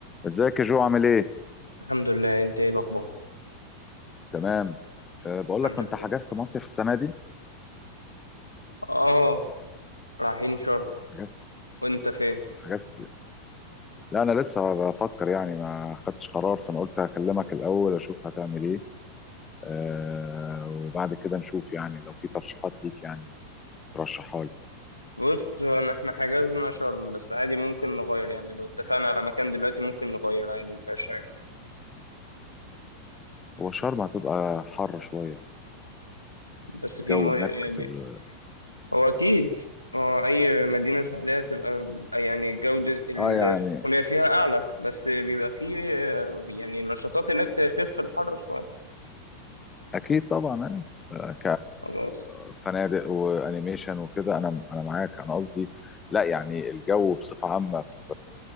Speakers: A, on the left; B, on the left.
A: ازيك يا جو عامل ايه؟
B: الحمد لله انت ايه الاخبار
A: تمام أه بقول
B: الحمد
A: لك انت
B: لله
A: حجزت مصيف السنه دي؟
B: اه رايحين شرم
A: حجزت
B: وانت فين
A: حجزت لا انا لسه بفكر يعني ما خدتش قرار فانا قلت هكلمك الاول اشوف هتعمل ايه أه وبعد كده نشوف يعني لو في ترشيحات ليك يعني ترشحها لي
B: بص انا- احنا حجزنا شرم بس عادي ممكن نغير يعني لو اتفقنا على مكان دلوقتي ممكن نغير عادي مفيهاش حاجه
A: هو شرم هتبقى حر شويه
B: بس
A: الجو
B: في ميه
A: هناك
B: يعني
A: في ال...
B: هو اكيد اه اي مدينه ساحليه تبقى يعني جوده
A: اه يعني
B: السخونيه فيها اعلى بس بيبقى في اه، يعني نشاطات هناك تخف الحر شويه
A: اكيد طبعا آه.
B: خلاص
A: كفنادق وانيميشن وكده انا انا معاك انا قصدي لا يعني الجو بصفه عامه في